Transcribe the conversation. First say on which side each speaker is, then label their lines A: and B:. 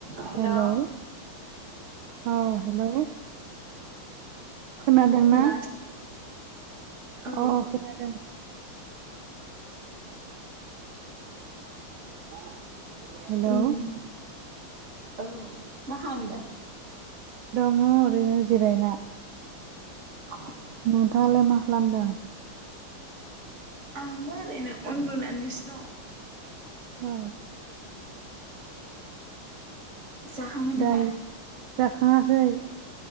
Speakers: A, on the right (about 35°); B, on the right (about 80°).
A: हेल'
B: हेलौ
A: औ
B: औ हेलौ खोनादोंना
A: <unintelligible> औ
B: अ खोनादों <inaudible> हेलौ
A: ओम औ मा खालामदों
B: दङ ओरैनो जिरायना
A: अ
B: नोंथाङालाय मा खालामदों
A: आंबो ओरैनो उन्दुनानैसो दं
B: अ
A: जाखांबाय नामा
B: दायो जाखाङाखै